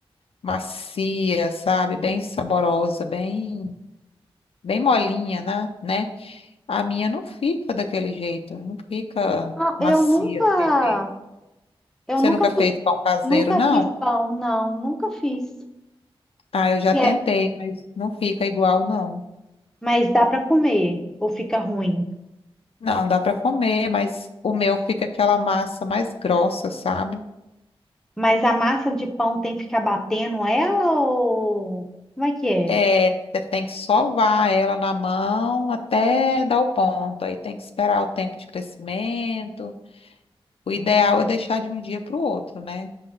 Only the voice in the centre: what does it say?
na-
eu nunca
eu
nunca
fiz
Nunca
fiz pão, não, nunca fiz.
E
é,
mas dá para comer, ou fica ruim.
Mas a massa de pão tem que ficar batendo ela ou como é que é?